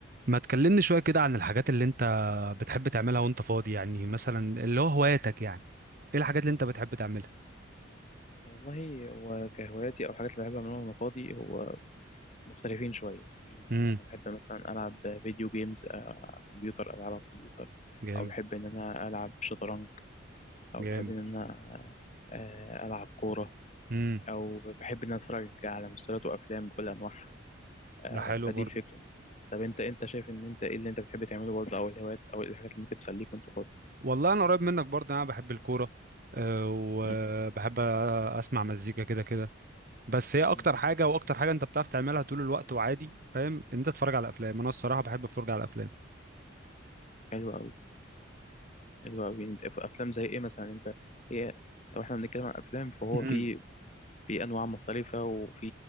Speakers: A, on the right (about 45°); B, on the left (about 35°).
A: ما تكلمني شوية كده عن الحاجات اللي انت بتحب تعملها وانت فاضي يعني مثلا اللي هو هواياتك يعني ايه الحاجات اللي انت بتحب تعملها
B: والله هو كهواياتي او حاجات اللي بحب اعملها وانا فاضي هو مختلفين شويه في اللي
A: امم
B: هو انا بحب مثلا العب فيديو جيمز آه، على الكمبيوتر العب على الكمبيوتر
A: جامد
B: او بحب ان انا العب شطرنج او
A: جامد
B: بحب ان انا آه، العب كوره
A: امم
B: او بحب ان انا اتفرج على مسلسلات وافلام بكل انواعها آه،
A: ده حلو
B: فدي
A: برضه
B: الفكره طب انت انت شايف ان انت ايه اللي انت بتحب تعمله برضه او الهوايات او إيه الحاجات اللي ممكن تسليك وانت فاضي
A: والله انا قريب منك برضه انا بحب الكورة أه وبحب
B: مم.
A: اسمع مزيكا كده كده بس هي اكتر
B: مم.
A: حاجة واكتر حاجة انت بتعرف تعملها طول الوقت وعادي فاهم ان انت تتفرج على افلام انا الصراحة بحب اتفرج على افلام
B: حلو قوي حلو قوي انت في افلام زي ايه مثلا انت هي لو احنا بنتكلم عن افلام فهو
A: امم
B: في في انواع مختلفه وفي